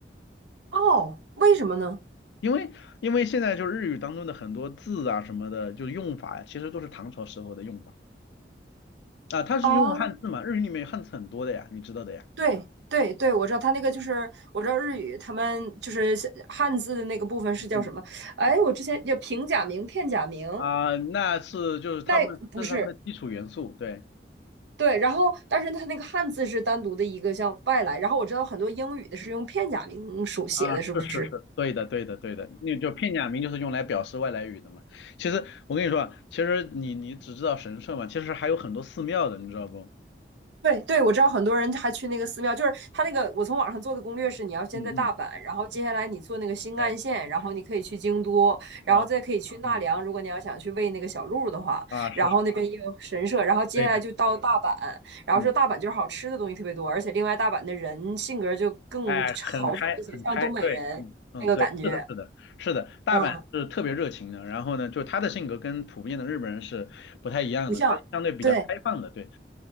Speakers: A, on the right; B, on the left.
A: 哦，为什么呢？
B: 因为因为现在就是日语当中的很多字啊什么的，就是用法呀，其实都是唐朝时候的用法啊、它是用汉字嘛，
A: 啊，
B: 日语里面有汉字很多的呀，你知道的呀。
A: 对对对，我知道他那个就是，我知道日语他们就是像汉字的那个部分是叫什么？
B: 嗯嗯
A: 哎，我之前叫平假名、片假名，
B: 啊，那是就是他们这是他们的基础元素，
A: 那不是
B: 对
A: 对。然后，但是他那个汉字是单独的一个像外来。然后我知道很多英语的是用片假名书写的，
B: 啊，
A: 是不是？
B: 是是是，对的对的对的，那就片假名就是用来表示外来语的嘛。其实我跟你说啊其实你你只知道神社嘛，其实还有很多寺庙的，你知道不？
A: 对对，我知道很多人还去那个寺庙，就是他那个我从网上做的攻略是，你要先在大阪，
B: 嗯嗯，
A: 然后接下来你坐那个新干线，
B: 哎
A: 然后你可以去京都，然后再可以去奈良，
B: 啊嗯
A: 如果你要想去喂那个小鹿的话，
B: 啊是是，
A: 然后那边也有神社，然后接下来就到大阪，
B: 对对
A: 然后说大阪就是好吃的东西特别多，
B: 嗯
A: 而且另外大阪的人性格就更豪放一些，
B: 哎很开很开，
A: 像东北人那个感觉，
B: 对嗯嗯对，是的是的是的，大阪是特别热情的，
A: 嗯，
B: 然后呢，就他的性格跟普遍的日本人是不太一样的，
A: 不像，
B: 他是相对比较开放的，
A: 对，
B: 对。